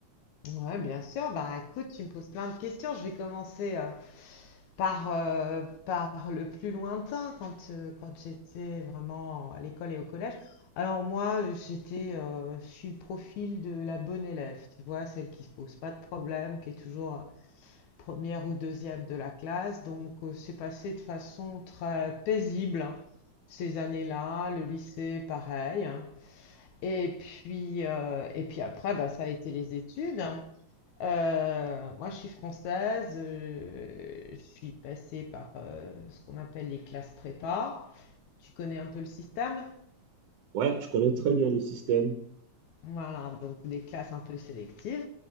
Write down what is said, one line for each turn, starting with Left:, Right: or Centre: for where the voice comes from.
Left: Ouais, bien sûr. Bah, écoute, tu me poses plein de questions. Je vais commencer euh, par, euh, par le plus lointain, quand, euh, quand j'étais vraiment à l'école et au collège. Alors moi, euh, j'étais, euh, je suis le profil de la bonne élève, tu vois, celle qui se pose pas de problème, qui est toujours euh, première ou deuxième de la classe. Donc, euh, c'est passé de façon très paisible ces années-là, le lycée, pareil. hein. Et puis, euh, et puis après, bah, ça a été les études. Euh, moi, je suis française, euh, je suis passée par euh, ce qu'on appelle les classes prépa. Tu connais un peu le système?
Right: Ouais, je connais très bien le système.
Left: Voilà, donc des classes un peu sélectives.